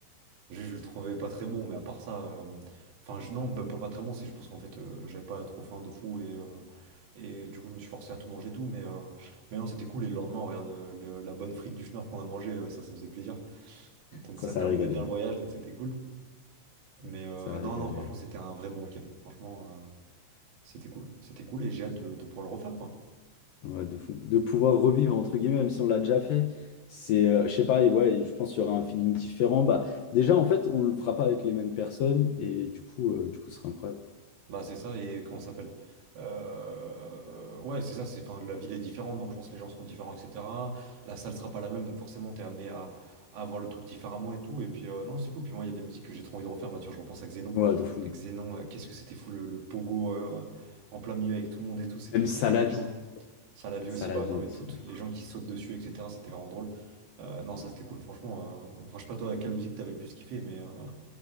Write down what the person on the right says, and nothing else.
Je, je le trouvais pas très bon, mais à part ça, euh, enfin, je- non, même pas, pas très bon, c'est je pense qu'en fait, euh, j'avais pas trop faim de fou et, euh, et du coup, je me suis forcé à tout manger et tout, mais, euh, mais non, c'était cool. Et le lendemain, regarde, euh, le- la bonne frite du Schnorr qu'on a mangée, euh, ça, ça faisait plaisir. Donc,
ça
terminait
bien le
voyage, donc c'était cool. Mais euh,
non,
non, franchement,
c'était un vrai bon week-end. Franchement, euh, c'était cool. C'était cool et j'ai hâte de, de pouvoir le refaire, quoi.
Bah c'est ça et comment ça s'appelle? Euh, ouais c'est ça, c'est enfin la ville est différente donc je pense que les gens seront différents etc. La salle sera pas la même donc forcément t'es amené à, à voir le truc différemment et tout et puis euh, non c'est cool puis moi il y a des musiques que j'ai trop envie de refaire bah tu vois je repense à Xénon,
à Xénon euh, qu'est-ce que c'était fou le, le pogo euh, en plein milieu avec tout le monde et tout c'était
fou
quoi
les
gens ça la vie
aussi
bah
non mais
toutes
les
gens qui sautent dessus etc c'était vraiment drôle Euh, non ça c'était cool franchement euh, enfin je sais pas toi à quelle musique t'avais le plus kiffé mais euh,